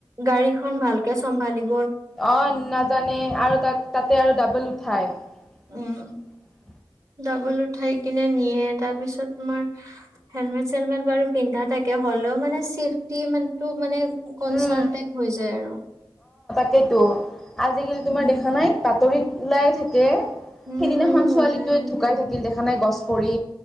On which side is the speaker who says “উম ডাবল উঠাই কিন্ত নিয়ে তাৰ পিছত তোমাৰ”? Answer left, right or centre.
Right